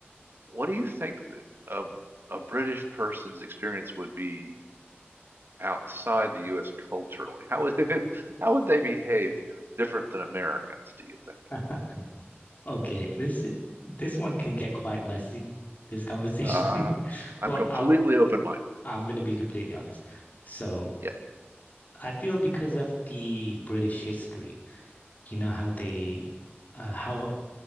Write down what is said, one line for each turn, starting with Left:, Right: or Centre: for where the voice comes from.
Right: what do you think th- a, a british person's experience would be outside the US culturally how would <laughs> how would they behave different than Americans do you think
Left: <laughs> Okay, this this one can get quite messy, this conversation.
Right: uh
Left: <laughs>
Right: I'm
Left: But
Right: completely
Left: I'll
Right: open-minded
Left: I'm gonna be completely honest. So
Right: yeah
Left: I feel because of the British history, you know how they uh, how